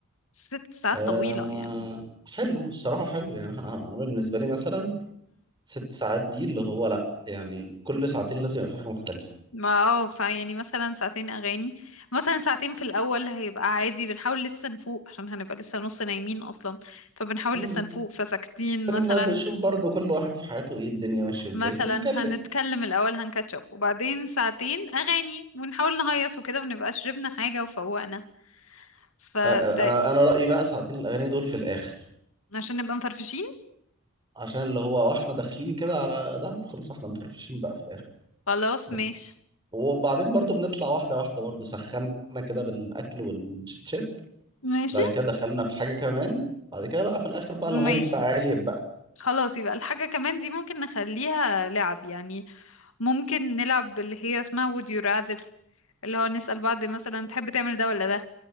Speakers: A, on the left (about 70°); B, on the right (about 20°).
A: ست ساعات
B: آه
A: طويلة يعني
B: حلو الصراحة حلو يعني انا بالنسبة لي مثلا ست ساعات دي اللي هو لا يعني كل ساعتين لازم يبقى في حاجة مختلفة
A: ما اه فيعني مثلا ساعتين اغاني مثلا ساعتين في الاول هيبقى عادي بنحاول لسه نفوق عشان هنبقى لسه نص نايمين اصلا فبنحاول
B: مم.
A: لسه نفوق فساكتين
B: كنا
A: مثلا
B: بنشوف برضو كل واحد في حياته ايه الدنيا ماشية ازاي
A: مثلا
B: بنتكلم
A: هنتكلم الاول هنكاتشب وبعدين ساعتين اغاني ونحاول نهيص وكده ونبقى شربنا حاجه وفوقنا فده
B: آه آه، انا انا رأيي بقى ساعتين الاغاني دول في الاخر
A: عشان نبقى مفرفشين
B: عشان اللي هو واحنا داخلين كده على دهب خلاص احنا مفرفشين بقى في الاخر
A: خلاص
B: بس
A: ماشي
B: وبعدين برضو بنطلع واحدة واحدة برضو سخنا كده بالأكل والشيتشات
A: ماشي
B: بعد كده دخلنا في حاجة كمان بعد كده بقى في الآخر بقى
A: ماشي
B: الهايب بقى عالي بقى
A: خلاص يبقى الحاجة كمان دي ممكن نخليها لعب يعني ممكن نلعب اللي هي اسمها would you rather اللي هو نسأل بعض مثلا تحب تعمل ده ولا ده